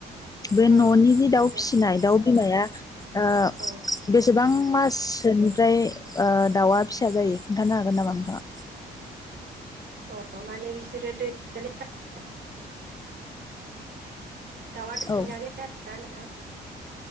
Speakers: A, on the left (about 20°); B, on the right (about 50°).
A: बे
B: औ
A: न'नि
B: औ
A: जि
B: सोंजायो
A: दाउ फिसिनाय दाउ बि माया ओ
B: औ
A: बेसेबां मासोनिफ्राय ओ दाउआ फिसा जायो खोन्थानो हागोन नामा नोंथाङा
B: अ <inaudible> माने बिसोरो दै <inaudible> दाउआ दैनानै
A: औ
B: <unintelligible> <unintelligible>